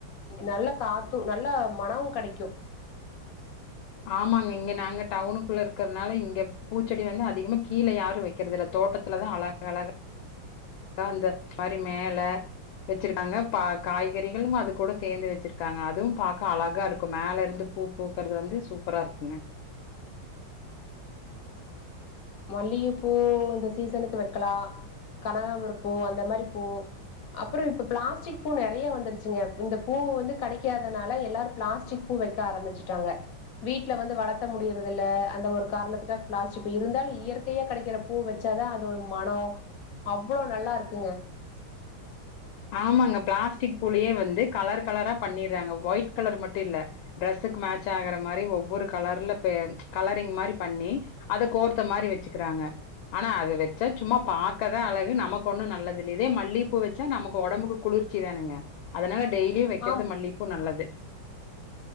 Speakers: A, on the left; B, on the left.
A: நல்ல காத்து நல்லா மனமும் கடைக்கும்
B: ஆமாங்க இங்க நாங்க டவுனுக்குள்ள இருக்கறனால இங்க பூச்செடி வந்து அதிகமா கீழ யாரும் வைக்க கறதில்ல தோட்டத்தில தா அழக் அழகா கா அந்த மாரி மேல வச்சிருக்காங்க பா காய்கறிகளும் அது கூட சேந்து வச்சிருக்காங்க அதுவும் பாக்க அழகா இருக்கும் மேல இருந்து பூ பூக்கறது வந்து சூப்பரா இருக்குங்க
A: மல்லியப்பூ இந்த சீசனுக்கு வைக்கலா கனகாம்பரப்பூ அந்த மாரி பூ அப்றோ இப்ப பிளாஸ்டிக் பூ நெறைய வந்துருச்சுங்க இந்த பூ வந்து கடைக்காதனால எல்லாரு பிளாஸ்டிக் பூவைக்க ஆரம்பிச்சுட்டாங்க வீட்டுல வந்து வளத்த முடியறதில்ல அந்த ஒரு காரணத்துக்கா பிளாஸ்டிக் பூ இருந்தாலு இயற்கையா கடைக்கிற பூ வச்சாதா அது ஒரு மனோ அவ்ளோ நல்லா இருக்குங்க
B: ஆமாங்க பிளாஸ்டிக் பூலயே வந்து கலர் கலரா பண்ணிறாங்க ஒயிட் கலர் மட்டும் இல்ல ட்ரெஸ்ஸுக்கு மேட்ச் ஆகுற மாரி ஒவ்வொரு கலர்ல பே கலரிங் மாரி பண்ணி அத கோர்த்த மாரி வச்சுக்கிறாங்க ஆனா அது வச்சா சும்மா பாக்கதா அழகு நமக்கு ஒண்ணு நல்லது இல்ல இதே மல்லியப்பூ வச்சா நமக்கு இப்ப ஒடம்புக்கு குளிர்ச்சி தானுங்க அதனால டெய்லியும் வைக்கறது
A: ஆம்
B: மல்லியப்பூ நல்லது